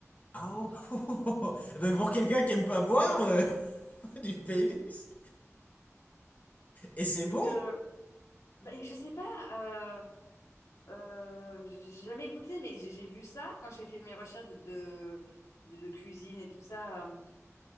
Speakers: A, on the left; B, on the left.
A: Ah oh! <laughs> Eh ben pour quelqu'un qui aime pas boire, euh, <laughs> du Baileys? Et c'est
B: Donc,
A: bon?
B: euh, bah, je sais pas, euh, Euh, j'ai jamais goûté, mais j'ai j'ai vu ça quand j'ai fait mes recherches de, de, de- de cuisine et tout ça. euh,